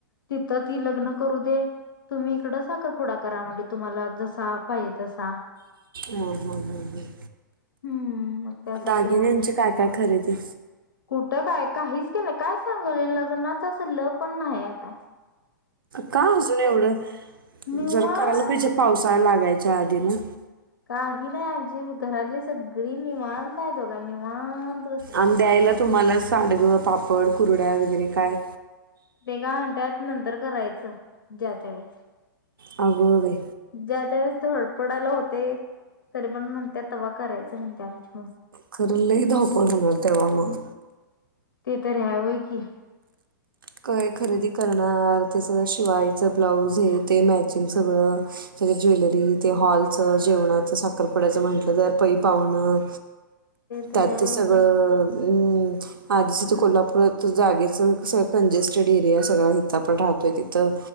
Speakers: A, on the left; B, on the right.
A: तिथं ती लग्न करू दे तुम्ही इकडं साखरपुडा करा म्हणली तुम्हाला जसा पाहिजे तसा.
B: होय होय होय होय.
A: हम्म मग त्यासाठी
B: दागिन्यांची
A: मग
B: काय काय खरेदी.
A: कुठं काय काहीच केलं नाही काय सांगलोय लग्नाचा अस ल पण नाही आता.
B: का अजून एवढं
A: निवांत
B: जरा करायला पाहिजे पावसाळा लागाय च्या आधी ना.
A: काही नाही आज्जी घरातली सगळी निवांत आहेत बघा निवांत. बसले.
B: आण द्यायला तुम्हाला साडगं पापड कुरड्या वगैरे काय
A: ते काय म्हणत्यात नंतर करायचं ज्यात्या वेळेस.
B: अगं बाई
A: ज्या त्या वेळेस थोडं पडायला होते तरी पण म्हणत्यात तवा करायचं म्हणत्या आमच्या
B: खरं लई धावपळ हुनार तेवा मग.
A: ते तरी हाय व्हय की.
B: काय खरेदी करणार ते सगळं शिवायच ब्लाऊज हे ते मॅचिंग सगळं त्याच्या ज्वेलरी ते हॉलचं जेवणाचं साखरपुड्याचं म्हटलं तर पै पाहुणं
A: तर
B: त्यात
A: हाय
B: ते
A: होय
B: सगळं
A: की
B: म् आधीसच कोल्हापूरात जागेचं कसं कंजेस्टेड एरिया सगळा हिथ आपण राहतोय तिथं